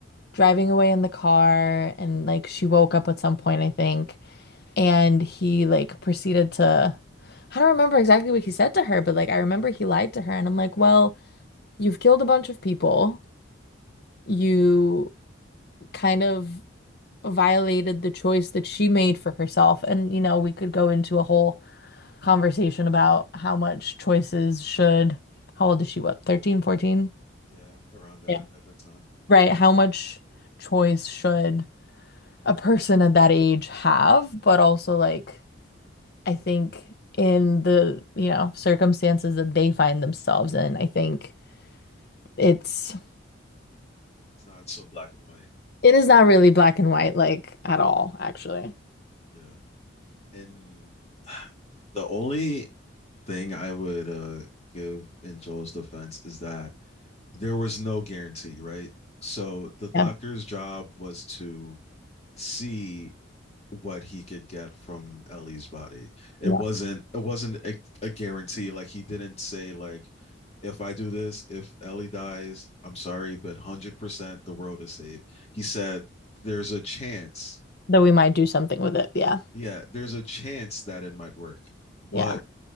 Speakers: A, on the left; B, on the left.
A: driving away in the car and like she woke up at some point, I think, and he like proceeded to I don't remember exactly what he said to her, but like I remember he lied to her and I'm like, "Well, you've killed a bunch of people. You kind of violated the choice that she made for herself." And you know, we could go into a whole conversation about how much choices should How old is she? What, 13, 14?
B: Yeah, around that
A: Yeah.
B: at that time,
A: Right, how much choice should a person at that age have, but also like I think in the, you know, circumstances that they find themselves in, I think it's
B: it's not so black and white.
A: it is not really black and white like at all, actually.
B: Yeah. And <sighs> the only thing I would uh, give in Joel's defense is that there was no guarantee, right? So the doctor's
A: Yeah.
B: job was to see what he could get from Ellie's body. It
A: Yeah.
B: wasn't it wasn't a, a guarantee. Like he didn't say like if I do this, if Ellie dies, I'm sorry, but one hundred percent the world is saved. He said there's a chance.
A: Though we might do something with it. Yeah.
B: Yeah, there's a chance that it might work, but
A: Yeah.